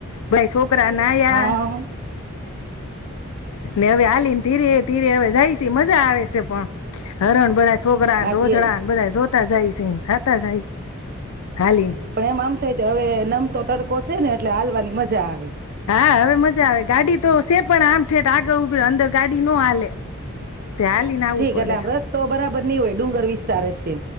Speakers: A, on the left; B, on the right.
A: ભાઈ શો કરા નાયા.
B: હા હા
A: ને હવે હાલીન ધીરે ધીરે હવે જાય શે મજા આવે શે પણ. હરણ બધા છોકરા
B: હા
A: રોજડા
B: તે
A: ને બધા જો સાતા જાય છે સાતા જાય હાલીને
B: પણ એમ આમ થાય હવે નમ તો તડકોશે ને એટલે હાલવાની મજા આવે
A: હા હવે મજા આવે ગાડી તો સે પણ આમ ઠેઠ આગળ ઉભી અંદર ગાડી ન હાલે તે હાલીને આવવું
B: ઠીક
A: પડે
B: એટલે આમ રસ્તો બરાબર નહી હોય ડુંગર વિસ્તાર હશે